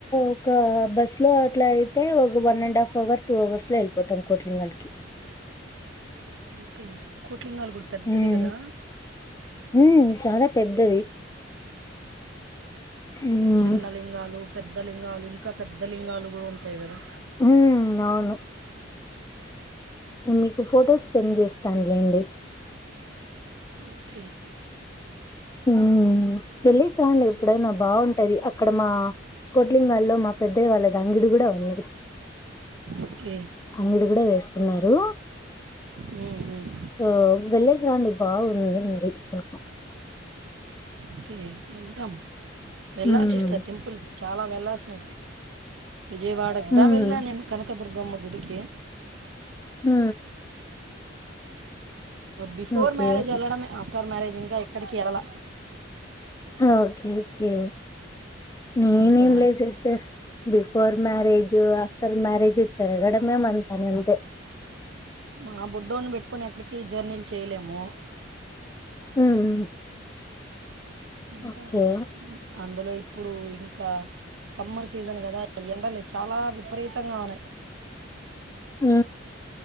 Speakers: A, on the left; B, on the right.
A: ఒక బస్ లో అట్లా అయితే ఒక one and half hour two hours లో వెళ్ళిపోతాం కోట్లింగల్కి
B: ఓకే కొ లింగాలు కూడా పెద్దది
A: మ్మ్
B: కదా
A: మ్మ్ చాలా పెద్దది మ్మ్
B: చిన్న లింగాలు పెద్ద లింగాలు ఇంకా పెద్ద లింగాలు కూడా ఉంటాయి కదా
A: ఉ అవును మీకు ఫొటోస్ సెండ్ చేస్తాను స్తాన్లేండి
B: ఓకే
A: ఉ వెళ్ళిస్త్రాండి ఎప్పుడైనా బాగుంటది అక్కడ మా కోట్లింగాల్లో మా పెద్దయ్య వాళ్ళది అంగడి కూడా ఉంది
B: ఓకే
A: అంగడి కూడా వేస్త ఉన్నారు
B: మ్మ్, మ్మ్.
A: ఆ వెళ్ళ తలాండడి బా ఉందిీ విసా
B: ఓకే వెల్తమ్ వెళ్ళాల్సి
A: ఉమ్
B: ఇస్తారు టెంపుల్ చాలా వెళ్ళాల్సిన విజయవాడకిా
A: ఉమ్
B: వెళ్ళాను నేను కను పక్క దర్గమ్మ గుడికిే
A: హ
B: బిఫోర్
A: ఓకే
B: మ్యారేజ్ వెళ్ళడమే ఆఫ్ట లవ్ మ్యారేజ్ ఇంకా ఎక్కడికిరళ
A: ఓకే ఓకే నేనేం
B: ఇంకా
A: లే sister బిఫ before marriage after marriage ఇతర గడమే అంతాన అంత
B: మా బొడ్డోని పెట్టుకొని ఎక్కడికి జర్నీలు చేయలేము
A: ఉమ్
B: ఇంకా
A: ఓకే
B: అందులో ఇప్పుడు ఇంకా సమ్మర్ సీజన్ కదా ఎండలే చాలా విపరీతంగా ఉన్నాయి
A: హ